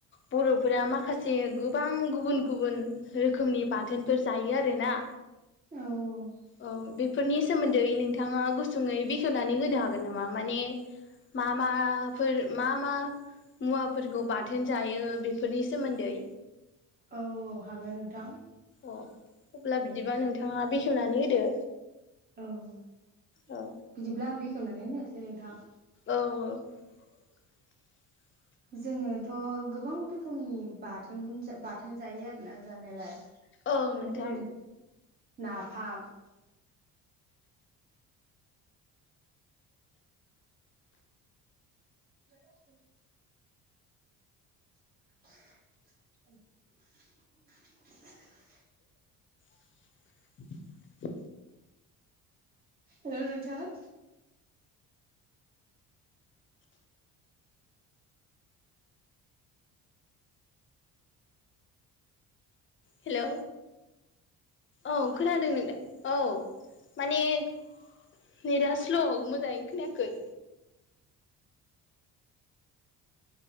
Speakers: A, on the left; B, on the right.
A: बर'फोरा माखासे गोबां गुबुन-गुबुन रोखोमनि बाथोनफोर जायो आरोना।
B: औ-
A: औ- बेफोरनि सोमोन्दै नोंथाङा गुसुङै बेखेवनानै होनो हागोन नामा? माने- मा- माफोर मा मा- मुवाफोरखौ बाथोन जायो बेफोरनि सोमोन्दै
B: औ- औ हागोन नोंथां।
A: अ- अब्ला बिदिबा नोंथाङा बेखेवनानै होदो?
B: औ-
A: औ
B: बिदिब्ला आं बेखेवनानै होनोसै नोंथां।
A: औ- औ। <unintelligible> <inaudible>
B: जोङोथ' गोबां रोखोमनि बाथोन बाथोन जायो आरोना जानायालाय।
A: औ नोंथां
B: जेरै नाफाम। <unintelligible> <inaudible> <unintelligible> <inaudible>
A: <unintelligible> <inaudible>
B: हेल' नोंथां?
A: हेलौ औ- खोनादों नोंथां। औ- माने नेटआ स्ल' मोजाङै खोनायाखै।